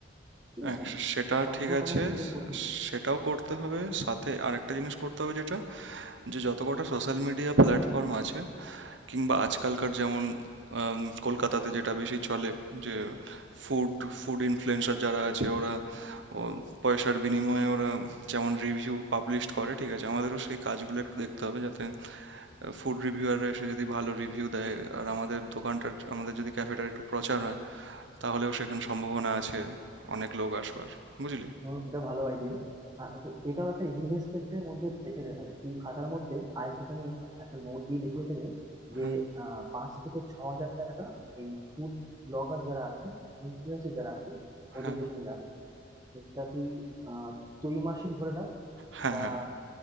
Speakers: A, on the right; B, on the right.
A: ঠিক আছে
B: এক, সেটা
A: তো কাস্টমার
B: ঠিক আছে
A: টানা তুমি এগুলো করতে পারো
B: সেটাও করতে হবে সাথে আরেকটা জিনিস করতে হবে যেটা যে যত কটা সোশ্যাল মিডিয়া প্ল্যাটফর্ম আছে কিংবা আজকালকার যেমন আম, কলকাতাতে যেটা বেশি চলে যে ফুড ফুড ইনফ্লুয়েন্সার যারা আছে ওরা ও, পয়সার বিনিময়ে ওরা যেমন রিভিউ পাবলিশ করে ঠিক আছে আমাদেরও সেই কাজগুলো একটু দেখতে হবে যাতে ফুড রিভিউয়াররা এসে যদি ভালো রিভিউ দেয় আর আমাদের দোকানটার আমাদের যদি ক্যাফেটার একটু প্রচার হয় তাহলেও সেখানে সম্ভাবনা আছে অনেক লোক আসবার বুঝলি
A: হুম, এটা ভালো আইডিয়া তো এটাও একটা ইনভেস্টমেন্টের মধ্যে রেখে দে ভাই তুই খাতার মধ্যে আর একটুখানি একটা নোট দিয়ে লিখে রেখে দে যে
B: হ্যাঁ
A: আহ, পাঁচ থেকে ছ হাজার টাকা এই ফুড ব্লগার যারা আছে ইনফ্লুয়েন্সার যারা আছে ওদের
B: হ্যাঁ
A: পেছনে যাবে সেটা তুই আহ ত্রৈমাসিক ধরে রাখ
B: হ্যাঁ
A: বা
B: হ্যাঁ